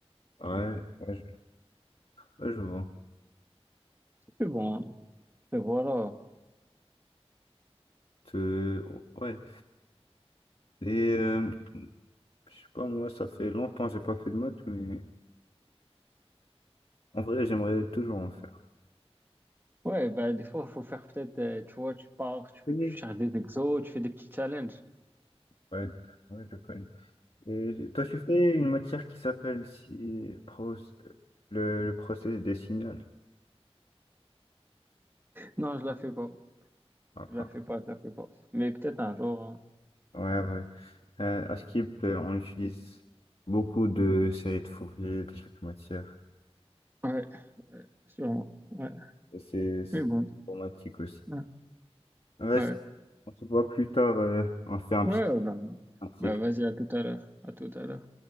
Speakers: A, on the left; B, on the right.
A: Ouais, ouais, je ouais, je vois.
B: Mais bon, et voilà.
A: Euh, oh, ouais. Et euh, je sais pas, moi, ça fait longtemps que j'ai pas fait de maths, mais en vrai, j'aimerais toujours en faire.
B: Ouais, bah, des fois, il faut faire peut-être, euh, tu vois, tu pars, tu, tu
A: Oui.
B: cherches des exos, tu fais des petits challenges.
A: Ouais, ouais, je connais. Et j'ai- toi, tu fais une matière qui s'appelle si, pro- le, le processus des signaux.
B: Non, je la fais pas.
A: Ah,
B: Je la
A: ah.
B: fais pas, je la fais pas. Mais peut-être un jour. hein.
A: Ouais, ouais. Euh, à Skip, euh, on utilise beaucoup de séries de Fourier, de cette matière.
B: Ouais, sûrement. Ouais.
A: Et C'est c'est
B: Mais bon.
A: informatique aussi.
B: Ouais.
A: Ouais,
B: Ouais,
A: on se voit plus tard, euh, on fait un
B: ouais
A: petit
B: ouais, bah,
A: un de ces
B: bah, vas-y, à tout à l'heure. À tout à l'heure.